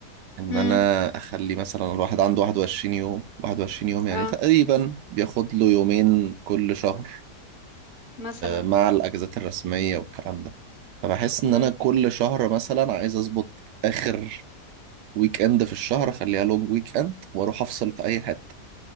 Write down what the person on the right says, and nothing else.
إن
أنا أخلي مثلا الواحد عنده 21 يوم 21 يوم يعني
تقريبا بياخد له يومين كل شهر
مع الاجازات الرسميه والكلام ده فبحس ان
انا كل شهر مثلا عايز اظبط اخر ويك اند في الشهر اخليها لونج ويك اند واروح افصل في اي حته